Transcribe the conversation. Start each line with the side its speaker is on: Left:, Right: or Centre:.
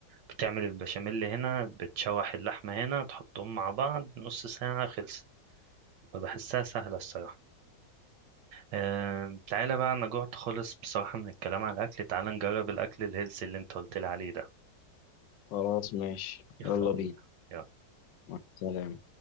Right: بتعمل البشاميل هنا بتشوح اللحمه هنا تحطهم مع بعض نص ساعه خلصت فبحسها سهله الصراحه أه تعالى بقى انا جوعت خالص بصراحه من الكلام على الاكل تعالى نجرب الاكل الهيلثي اللي انت قلت لي عليه ده
Left: خلاص ماشي
Right: يلا
Left: يلا
Right: بينا
Left: بينا
Right: يلا.
Left: مع السلامة